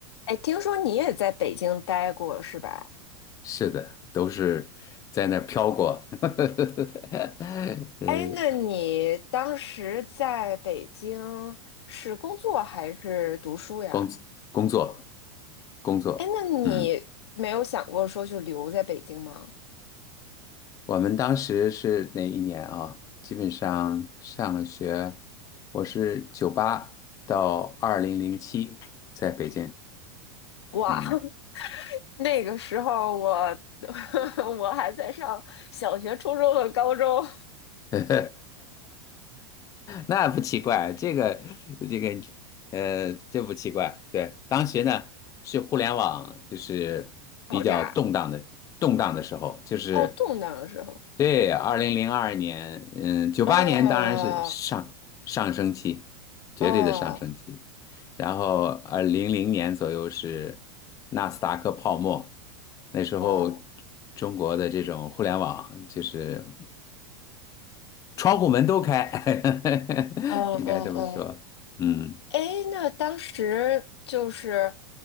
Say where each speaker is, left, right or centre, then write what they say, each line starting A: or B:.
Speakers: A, on the left; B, on the left.
A: 哎，听说你也在北京待过是吧？
B: 是的，都是在那儿飘过，<laughs> 呃，
A: 哎，那你当时在北京是工作还是读书呀？
B: 工工作工作，
A: 哎，那你没有想过说就留在北京吗？
B: 嗯，我们当时是哪一年啊？基本上上了学，我是九八到二零零七在北京，
A: 哇，
B: 嗯。
A: <laughs> 那个时候我 <laughs> 我还在上小学、初中和高中，
B: <laughs> 那不奇怪，这个这个呃，这不奇怪。对，当时呢是互联网就是比较动荡的动荡的时候，
A: 爆炸
B: 就是
A: 哦，动荡的时候，
B: 对，二零零二年，嗯，九八年当然是上上升期，
A: 哦
B: 绝对的上升期。
A: 哦
B: 然后呃，零零年左右是纳斯达克泡沫，那时候
A: 哦
B: 中国的这种互联网就是。窗户门都开，<laughs>
A: 哦哦哦哦。
B: 应该这么说。嗯，
A: 哎，那当时就是，